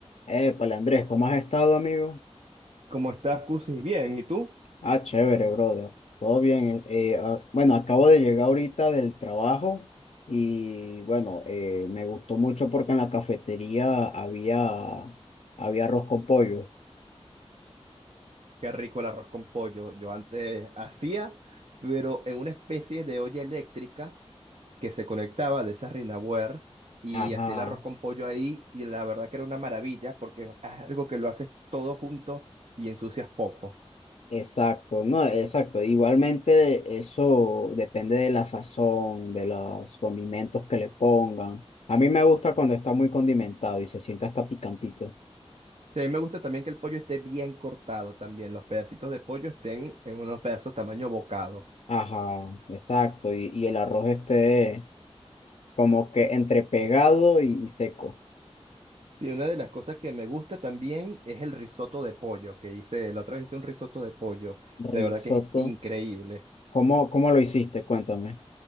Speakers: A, on the left; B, on the right.
A: Épale, Andrés, ¿cómo has estado, amigo?
B: ¿Cómo estás, Cusi? Bien, ¿y tú?
A: Ah, chévere, brother. Todo bien. eh, ah, bueno, acabo de llegar ahorita del trabajo y bueno, eh, me gustó mucho porque en la cafetería había, había arroz con pollo.
B: Qué rico el arroz con pollo. Yo antes hacía, pero en una especie de olla eléctrica que se conectaba de esa Rinaware y
A: Ajá,
B: hacía el arroz con pollo ahí y la verdad que era una maravilla porque es algo que lo haces todo junto y ensucias poco.
A: exacto, no, exacto. Igualmente eso depende de la sazón, de los condimentos que le pongan. A mí me gusta cuando está muy condimentado y se siente hasta picantito.
B: A mí me gusta también que el pollo esté bien cortado también, los pedacitos de pollo estén en unos pedazos tamaño bocado.
A: Ajá, exacto. Y, y el arroz este... Como que entre pegado y, y seco.
B: Sí, una de las cosas que me gusta también es el risotto de pollo que hice, la otra vez hice un risotto de pollo,
A: Risotto.
B: de verdad que es increíble.
A: ¿Cómo, cómo lo hiciste? Cuéntame.